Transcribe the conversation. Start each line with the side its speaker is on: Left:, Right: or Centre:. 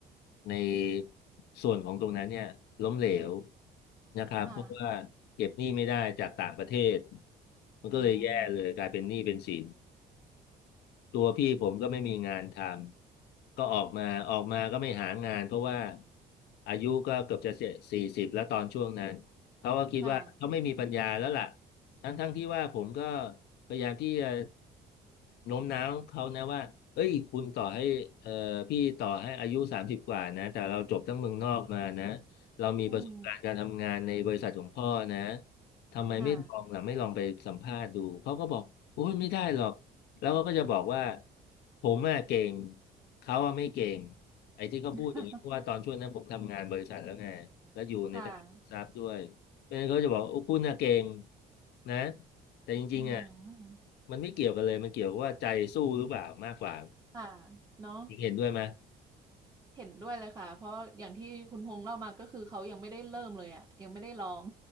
Left: ในส่วนของตรงนั้นเนี่ยล้มเหลวนะครับเพราะว่าเก็บหนี้ไม่ได้จากต่างประเทศ
Right: ค่ะ
Left: มันก็เลยแย่เลยกลายเป็นหนี้เป็นสิน
Right: อืม
Left: ตัวพี่ผมก็ไม่มีงานทำก็ออกมาออกมาก็ไม่หางานเพราะว่าอายุก็เกือบจะสี่สิบแล้วตอนช่วงนั้นเขาก็คิดว่าเขาไม่มีปัญญาแล้วล่ะ
Right: ค่ะ
Left: ทั้งทั้งที่ว่าผมก็พยายามที่จะโน้มน้าวเขานะว่าเอ้ยคุณต่อให้เอ่อพี่ต่อให้อายุสามสิบกว่านะแต่เราจบทั้งเมืองนอกมานะเรามีประสบการณ์การทำงานในบริษัทของพ่อนะ
Right: อืม
Left: ทำไมไม่ลองล่ะไม่ลองไปสัมภาษณ์ดูเขาก็บอกโอ้ยไม่ได้หรอก
Right: ค่ะ
Left: แล้วเขาก็จะบอกว่าผมอะเก่งเขาอะไม่เก่งไอ้ที่เขาพูดอย่างนี้เพราะว่าตอนช่วงนั้นผมทำงานบริษัทแล้วไงแล้วอยู่ในตลาดหลักทรัพย์ด้วยเพราะฉะนั้นเขาจะบอกโอ้คุณอะเก่ง
Right: <laughs> ค่ะ
Left: นะแต่จริงๆอะ
Right: อืม
Left: มันไม่เกี่ยวกันเลยมันเกี่ยวกับว่าใจสู้หรือเปล่ามากกว่า
Right: ค่ะเนาะ
Left: เห็นด้วยไหม
Right: เห็นด้วยเลยค่ะเพราะอย่างที่คุณพงษ์เล่ามาก็คือเขายังไม่ได้เริ่มเลยอ่ะยังไม่ได้ลอง